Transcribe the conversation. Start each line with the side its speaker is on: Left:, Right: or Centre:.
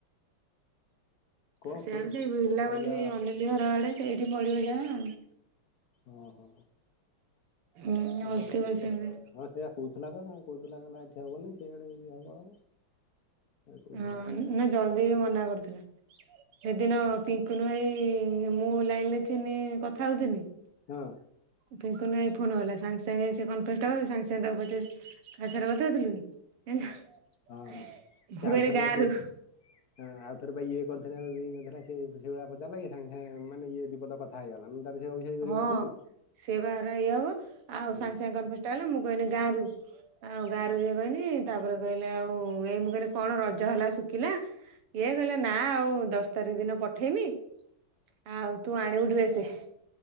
Left: କଣ
Right: ସେମିତି
Left: କରିବୁ
Right: ବୁଲାବୁଲି
Left: କେତେବେଳେ ଯାହା
Right: ଅନ୍ୟ ଘର ଆଡେ ସେଇଠି ପଡିବ ଯାହା ଆଉ।
Left: ଓହୋ।
Right: ହୁଁ
Left: ହଉ
Right: ଅଲତି
Left: କରି କିଛି
Right: କରିଛନ୍ତି
Left: କରିହବନି ହଁ ସେଇଆ କହୁଥିଲା ବା କହୁଥିଲା କଲା ଏଠି ହବନି ସେଇଆଡେ ଯଦି ହବ ହବ। କହୁଥିଲା
Right: ହଁ ନା ଜଲଦି ବି ମନା କରୁଥିଲା। ସେଦିନ
Left: ହୁଁ
Right: ପିଙ୍କୁନୁ ଭାଇ ମୁଁ ଲାଇନ ରେ ଥିନି କଥା ହଉଥିନି
Left: ହଁ।
Right: ପିଙ୍କୁନୁ ଭାଇ ଫୋନ ଗଲା ସାଙ୍ଗେ ସାଙ୍ଗେ ସେ କନ୍ ଫେସ୍ ଟା କରିଦେଇ ସାଙ୍ଗ୍ ସାଙ୍ଗ୍ ତାକୁ ପଚାରୁଚି କାଆ ସାଙ୍ଗରେ କଥା ହଉଥିଲୁ କି <unintelligible>
Left: ହଁ ହଁ
Right: ମୁଁକହିଲି
Left: ସେ ଆଉଥରେ
Right: ଗାଁ
Left: ବା ସିଏ
Right: ରୁ।
Left: ହଁ ଆଉଥର ବା ଇଏ କରିଥିଲା <unintelligible> ମାନେ ଇଏ ବିପଦ କଥା ହେଇଗଲା। ତାର ସେ ଅଭିଶାରୀ କରିବ
Right: ହଁ
Left: ନା ପୁଣି
Right: ସେ ବାହାର ଇଏ ହବ ଆଉ
Left: ହୁଁ
Right: ସାଙ୍ଗେ ସାଙ୍ଗେ କନଫଷ୍ଟା ହେଲା ମୁଁ କଇଲି ଗାଁ ରୁ। ଆଉ ଗାରୁ ଇଏ କହିଲି ତାପରେ କହିଲେ ଆଉ ଏଇ ମୁଁ କହିଲି କଣ ରଜ ହେଲା ଶୁଖିଲା। ଇଏ କହିଲ ନା ଆଉ ଦଶ ତାରିଖ ଦିନ ପଠେଇମି ଆଉ ତୁ ଆଣିବୁ ଡ୍ରେସେ